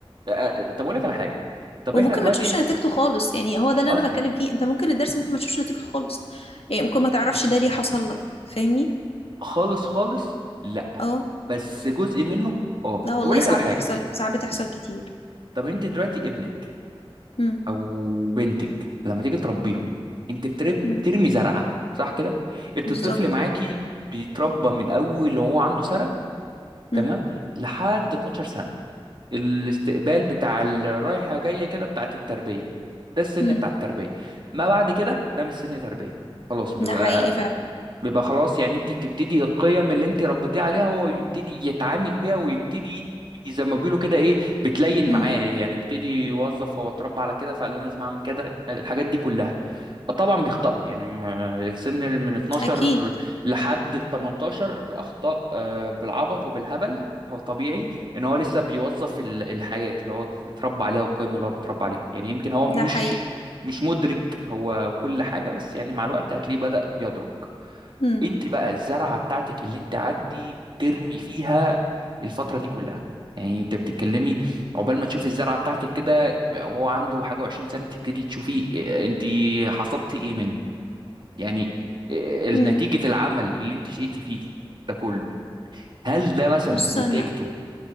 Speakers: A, on the right; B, on the left.
A: آه، طب اقول لك على حاجه طب
B: وممكن
A: احنا دلوقتي
B: ما تشوفش نتيجته خالص يعني هو ده اللي
A: اصلا
B: انا بتكلم فيه انت ممكن الدرس ممكن ما تشوفش نتيجته خالص يعني ممكن ما تعرفش
A: بص
B: ده ليه حصل لك فاهمني
A: خالص خالص لا
B: اه
A: بس جزء منه اه طب
B: لا والله
A: اقول لك
B: ساعات
A: على حاجه
B: بتحصل ساعات بتحصل كتير
A: طب انت دلوقتي ابنك
B: مم.
A: او بنتك لما تيجي تربيهم انت بترب-
B: مم.
A: بترمي زرعه صح كده انت
B: بالظبط
A: الطفل معاكي بيتربى من اول وهو عنده سنه
B: مم.
A: تمام لحد 12 سنه الاستقبال بتاع الرايحة جاية كده بتاعت التربية ده السن
B: مم.
A: بتاع التربية ما بعد كده ده مش سن تربية خلاص بيبقى
B: ده حقيقي فعلا
A: بيبقى خلاص يعني انت بتبتدي القيم اللي انت ربيتيه عليها هو يبتدي يتعامل بيها ويبتدي زي ما بيقولوا كده ايه بتلين
B: مم.
A: معاه يعني يبتدي يوظف هو اتربى على كده فانا لازم اعمل كده الحاجات دي كلها طبعا بيخطئوا يعني ما- السن من 12
B: اكيد
A: لحد ال 18 اخطاء آه، بالعبط وبالهبل فطبيعي ان هو لسه بيوظف ال- الحاجات اللي هو اتربى عليها والقيم اللي هو بيتربى عليها يعني يمكن هو مش
B: ده حقيقي
A: مش مدرك هو كل حاجة بس يعني مع الوقت هتلاقيه بدأ يدرك
B: مم.
A: انت بقى الزرعه بتاعتك اللي انت قعدتي ترمي فيها الفتره دي كلها يعني انت بتتكلمي عقبال ما تشوفي الزرعه بتاعتك كده وهو عنده حاجه وعشرين سنه تبتدي تشوفي اه، انت حصدتي ايه منه يعني اه، نتيجه
B: مم.
A: العمل اللي انت شقيتي فيه ده كله هل ده مثلا
B: بص انا
A: نتيجته